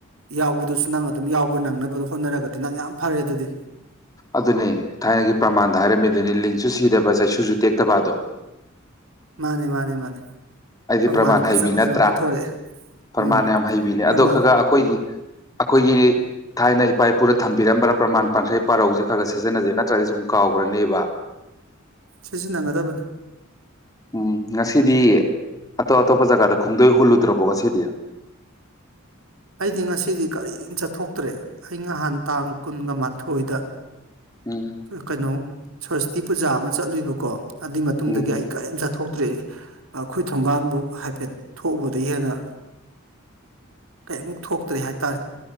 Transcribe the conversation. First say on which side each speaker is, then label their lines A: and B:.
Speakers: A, on the right; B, on the left.
A: ꯌꯥꯎꯕꯗꯨꯁꯨ ꯅꯪ ꯑꯗꯨꯝ ꯌꯥꯎꯕ ꯅꯪꯅꯕꯅ ꯍꯣꯠꯅꯔꯒꯗꯤ ꯅꯪ ꯌꯥꯝ ꯐꯔꯦ ꯑꯗꯨꯗꯤ
B: ꯑꯗꯨꯅꯦ ꯊꯥꯏꯅꯒꯤ ꯄ꯭ꯔꯃꯥꯟꯗ ꯍꯥꯏꯔꯝꯃꯤꯗꯨꯅꯤ ꯂꯤꯟꯁꯨ ꯁꯤꯗꯕ ꯆꯩꯁꯨ ꯇꯦꯛꯇꯕ ꯑꯗꯣ
A: ꯃꯥꯅꯦ ꯃꯥꯅꯦ ꯃꯥꯅꯦ
B: ꯍꯥꯏꯗꯤ
A: ꯄ꯭ꯔꯃꯥꯟꯁꯦ
B: ꯄ꯭ꯔꯃꯥꯟ
A: ꯐꯖ
B: ꯍꯩꯕꯤ
A: ꯐꯖꯕ
B: ꯅꯠꯇ꯭ꯔꯥ
A: ꯄꯨꯊꯣꯔꯛꯑꯦ
B: ꯄ꯭ꯔꯃꯥꯟ
A: ꯎꯝ
B: ꯌꯥꯝ ꯍꯩꯕꯤꯅꯦ
A: ꯄ꯭ꯔꯃꯥꯟ
B: ꯑꯗꯣ ꯈꯔ ꯈ ꯑꯩꯈꯣꯏꯒꯤ ꯑꯩꯈꯣꯏꯒꯤ ꯊꯥꯏꯅ ꯏꯄꯥ ꯏꯄꯨꯅ ꯊꯝꯕꯤꯔꯝꯕꯔꯥ ꯄ꯭ꯔꯃꯥꯟ ꯄꯥꯟꯈꯩ ꯄꯥꯔꯧꯁꯦ ꯈꯔ ꯈ ꯁꯤꯖꯤꯟꯅꯖꯦ ꯅꯠꯇ꯭ꯔꯗꯤ ꯁꯨꯝ ꯀꯥꯎꯈ꯭ꯔꯅꯦꯕ
A: ꯁꯤꯖꯤꯟꯅꯒꯗꯕꯅꯤ
B: ꯎꯝ ꯉꯁꯤꯗꯤ ꯑꯇꯣꯞ ꯑꯇꯣꯞꯄ ꯖꯒꯥꯗ ꯈꯣꯡꯗꯣꯏ ꯍꯨꯜꯂꯨꯗ꯭ꯔꯕꯣ ꯉꯁꯤꯗꯤ
A: ꯑꯩꯗꯤ ꯉꯁꯤꯗꯤ ꯀꯔꯤꯝ ꯆꯠꯊꯣꯛꯇ꯭ꯔꯦ ꯑꯩ ꯅꯍꯥꯟ ꯇꯥꯡ ꯀꯨꯟꯒ ꯃꯥꯊꯣꯏꯗ
B: ꯎꯝ
A: ꯀꯩꯅꯣ ꯁ꯭ꯔꯁꯇꯤ ꯄꯨꯖꯥ ꯑꯃ ꯆꯠꯂꯨꯏꯕꯀꯣ ꯑꯗꯨꯏ ꯃꯇꯨꯡꯗꯒꯤ
B: ꯎꯝ
A: ꯑꯩ ꯀꯔꯤꯝ ꯆꯠꯊꯣꯛꯇ꯭ꯔꯤ ꯑꯩꯈꯣꯏ ꯊꯣꯡꯒꯥꯟꯐꯧ ꯍꯥꯏꯐꯦꯠ ꯊꯣꯛꯎꯕꯗ ꯍꯦꯟꯅ ꯀꯩꯃꯨꯛ ꯊꯣꯛꯇ꯭ꯔꯦ ꯍꯥꯏꯇꯥꯔꯦ